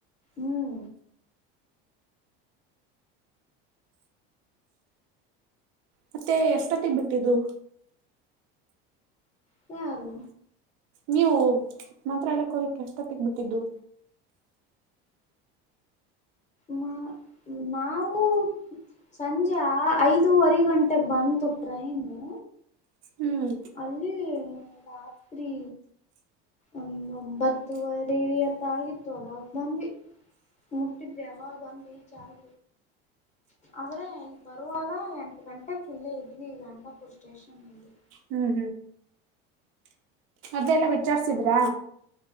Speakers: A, on the left; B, on the right.
A: ಹ್ಮ್
B: ಮತ್ತೆ ಎಷ್ಟೊತ್ತಿಗೆ ಬಿಟ್ಟಿದ್ದು
A: ಸಾರ
B: ನೀವು ಮಾತ್ರ ಎಕ್ ಹೋಗಕ್ಕೆ ಎಷ್ಟೊತ್ತಗ್ ಬಿಟ್ಟಿದ್ದು
A: ಮ ನಾವು ಸಂಜೆ ಐದೂವರೆ ಗಂಟೆಗೆ ಬಂತು ಟ್ರೈನು
B: ಹ್ಮ್
A: ಅಲ್ಲಿ ರಾತ್ರಿ ಒ ಒಂಬತ್ತುವರಿಯತ್ತ ಆಗಿತ್ತು ಅವಾಗ ಬಂದ್ವಿ ಮುಟ್ಟಿದ್ರೆ ಅವಾಗ ಒಂದ್ ರೀಚ್ ಆಗ ಆದ್ರೆ ಇಲ್ಲಿ ಬರುವಾಗ ಎಂಟು ಗಂಟೆ ಕಿಲ್ಲೆ ಇದ್ವಿ ಗಟಾಪುರ್ ಸ್ಟೇಷನ್ಲ್ಲಿ
B: ಹ್ಮ್ ಅದೆಲ್ಲ ವಿಚಾರ್ಸಿದ್ರಾ